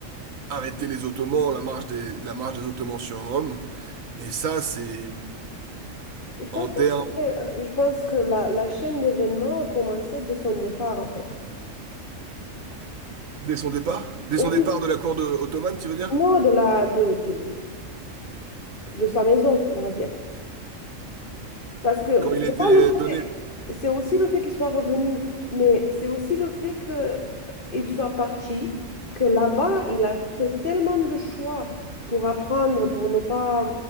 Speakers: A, on the right; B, on the left.
A: arrêté les Ottomans, la marche des, la marche des Ottomans sur Rome, et ça, c'est
B: Je pense
A: en
B: pas
A: termes
B: que c'était. euh, Je pense que la, la chaîne d'événements a commencé dès son départ, en fait.
A: Dès son départ? Dès
B: Oui,
A: son départ de la cour de ottomane, tu veux dire?
B: non, de la de, de, de sa maison, on va dire. Parce que
A: Quand il a
B: c'est
A: été
B: pas le
A: donné.
B: c'est aussi le fait qu'il soit revenu, mais c'est aussi le fait qu'il soit parti, que là-bas, il a fait tellement de choix pour apprendre, pour ne pas...